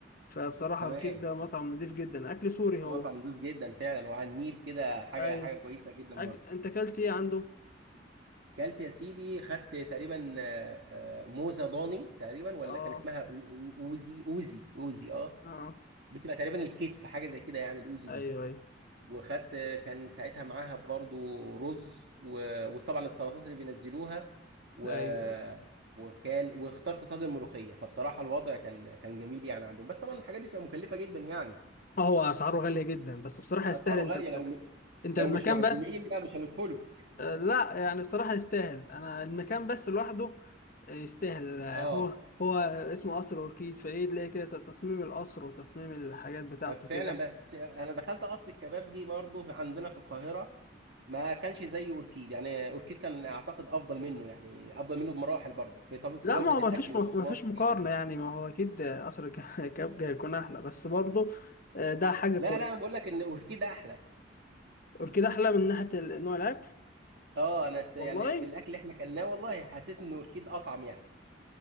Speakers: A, on the left; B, on the right.
A: فبصراحة
B: تمام
A: أوركيد ده مطعم نضيف جدا أكل سوري هو
B: مطعم نظيف جدا فعلا وعلى النيل كده حاجه
A: أيوة
B: حاجه كويسه جدا
A: أكل
B: برضه
A: أنت أكلت إيه عنده؟
B: كلت يا سيدي خدت تقريبا آه، آه، موزه ضاني تقريبا ولا
A: آه
B: كان اسمها أو- أو- اوزي اوزي اوزي اه
A: آه
B: بتبقى تقريبا الكتف حاجه زي كده يعني الاوزي دي
A: أيوه أيوه
B: وخدت كان ساعتها معاها برضو رز و... وطبعا السلطات اللي بينزلوها و...
A: أيوه
B: وكان واخترت طاجن ملوخيه فبصراحه الوضع كان كان جميل يعني عندهم بس طبعا الحاجات دي بتبقى مكلفه جدا يعني
A: هو أسعاره غالية جدا بس بصراحة يستاهل
B: اسعاره
A: أنت
B: غاليه
A: بت...
B: لو م...
A: أنت
B: لو
A: المكان
B: مش معزومين
A: بس
B: لا مش هندخله
A: آه، لا يعني بصراحة يستاهل أنا المكان بس لوحده آه، يستاهل آه،
B: اه
A: هو هو اسمه قصر أوركيد فإيه تلاقي كده تصميم القصر وتصميم الحاجات بتاعته
B: فعلا
A: كده
B: بس انا دخلت قصر الكبابجي برضو في- عندنا في القاهره ما كانش زي اوركيد يعني اوركيد كان اعتقد افضل منه يعني افضل منه بمراحل برضو في طب في
A: لا
B: جوده
A: ما هو ما
B: الاكل
A: فيش
B: والاصناف
A: ما فيش
B: وحاجات
A: مقارنة
B: زي كده
A: يعني ما هو أكيد آه، قصر ك- <laughs> كابجا هيكون أحلى بس برضه آه، ده حاجة كويسة
B: لا لا انا بقول لك ان اوركيد احلى
A: أوركيد أحلى من ناحية ال- نوع الأكل
B: اه انا است...
A: والله
B: يعني بالاكل اللي احنا اكلناه والله حسيت ان اوركيد اطعم يعني